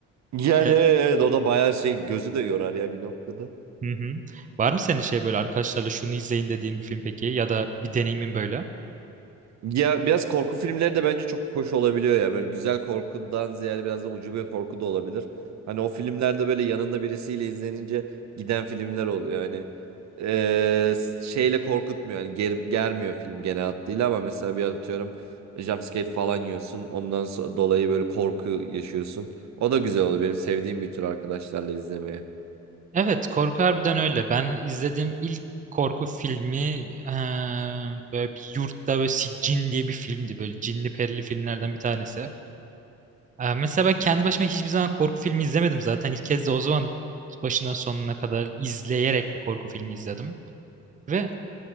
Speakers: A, on the right; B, on the right.
A: Yani
B: Yani,
A: evet o da baya şey gözü de yorar ya bir noktada.
B: hı hı. Var mı senin şey böyle arkadaşlarla şunu izleyin dediğin bir film peki? Ya da bir deneyimin böyle?
A: Ya biraz korku filmleri de bence çok hoş olabiliyor ya. Böyle güzel korkudan ziyade biraz da ucube korku da olabilir. Hani o filmlerde böyle yanında birisiyle izlenince giden filmler oluyor. Hani eee, şeyle korkutmuyor. Hani ger- germiyor film genel hattıyla ama mesela bir atıyorum e, jumpscare falan yiyorsun. Ondan so- dolayı böyle korku yaşıyorsun. O da güzel oluyor. Benim sevdiğim bir tür arkadaşlarla izlemeye.
B: Evet korku harbiden öyle. Ben izlediğim ilk korku filmi eee, böyle bir yurtta böyle si- Cin diye bir filmdi. Böyle cinli perili filmlerden bir tanesi. Ee, mesela ben kendi başıma hiçbir zaman korku filmi izlemedim zaten. İlk kez de o zaman başından sonuna kadar izleyerek bir korku filmi izledim. Ve